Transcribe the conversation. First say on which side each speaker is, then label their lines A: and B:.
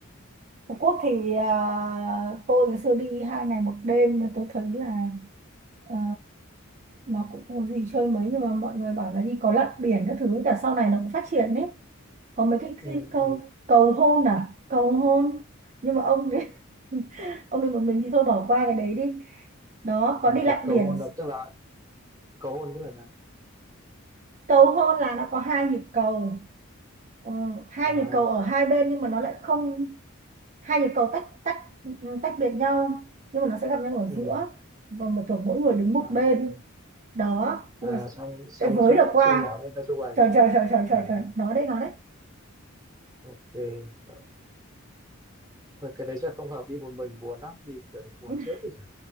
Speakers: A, on the right; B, on the right.
A: Phú Quốc thì à, tôi ngày xưa đi hai ngày một đêm tôi thấy là ờ, nó cũng không có gì chơi mấy nhưng mà mọi người bảo là đi có lặn biển các thứ cả sau này nó cũng phát triển đấy có mấy cái
B: ừ
A: gì cầu
B: ừ
A: cầu hôn à cầu hôn nhưng mà ông đi <laughs> ông đi một mình thì thôi bỏ qua cái đấy đi đó có
B: ok
A: đi lặn
B: cầu
A: biển
B: hôn là tức là cầu hôn tức là sao
A: cầu hôn là nó có hai nhịp cầu Ờ, hai
B: à
A: nhịp cầu ở hai bên nhưng mà nó lại không hai nhịp cầu tách tách tách biệt nhau nhưng mà nó sẽ gặp nhau ở giữa
B: ừ
A: và mà kiểu mỗi người đứng một
B: à,
A: bên đó
B: à
A: nhưng mà
B: xong xong
A: để với
B: chu
A: được qua
B: chu mỏ lên ra chu ảnh
A: trời trời trời trời
B: à
A: trời trời nó đấy nó đấy
B: ok đó. thôi cái đấy chắc không hợp đi một mình buồn lắm đi kiểu đấy buồn
A: <laughs>
B: chết đi chả